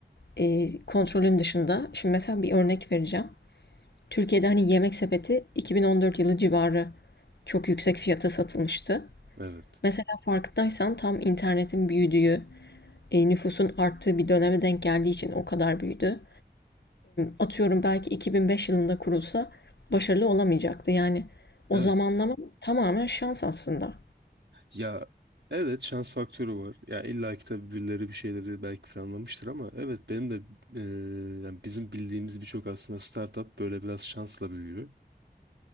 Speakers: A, on the left (about 75°); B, on the right (about 85°).
A: eee, kontrolün dışında. Şimdi mesela bir örnek vereceğim. Türkiye'de hani yemek sepeti 2014 yılı civarı çok yüksek fiyata satılmıştı.
B: evet,
A: Mesela farkındaysan tam internetin büyüdüğü, e, nüfusun arttığı bir döneme denk geldiği için o kadar büyüdü atıyorum belki 2005 yılında kurulsa başarılı olamayacaktı. Yani o
B: evet.
A: zamanlama tamamen şans aslında.
B: Ya evet şans faktörü var. Ya illa ki tabii birileri bir şeyleri belki planlamıştır ama evet benim de eee, yani bizim bildiğimiz birçok aslında startup böyle biraz şansla büyüyor.